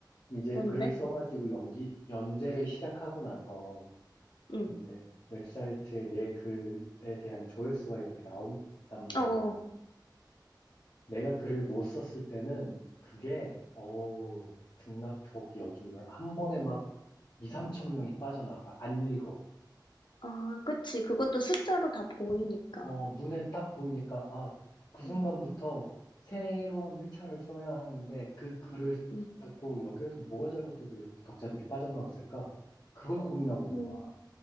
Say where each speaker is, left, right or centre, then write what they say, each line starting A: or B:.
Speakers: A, on the left; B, on the left.
A: 이제
B: 뭔데?
A: 글을 써가지고 연기, 연재를 시작하고 나서
B: 응.
A: 이제 웹사이트에 내 글에 대한 조회수가 이렇게 나온단 말이야.
B: 어, 어.
A: 내가 글을 못 썼을 때는 그게, 어우, 등락촉이어준한 번에 막 2, 3천 명이 빠져나가. 안 읽어.
B: 아, 그치. 그것도 숫자로 다 보이니까.
A: 어, 눈에 딱 보이니까, 아, 그 순간부터
B: 응,
A: 새로운 회차를 써야 하는데, 그 글을
B: 응,
A: 붙잡고 여기에서 뭐가 잘못돼서 이렇게 독자들이 빠져나왔을까? 그걸 고민하고 있는
B: 응.
A: 거야.